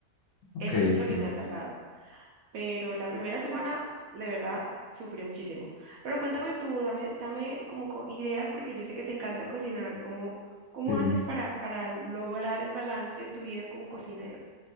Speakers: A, on the left (about 70°); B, on the right (about 70°).
A: ok,
B: eso es lo
A: ok.
B: que me ha salvado. Pero la primera semana, de verdad, sufrí muchísimo. Pero cuéntame tú, dame, dame como co- ideas, porque yo sé que te encanta cocinar. ¿Cómo, cómo
A: Sí,
B: haces
A: sí.
B: para, para lograr el balance de tu vida como cocinero?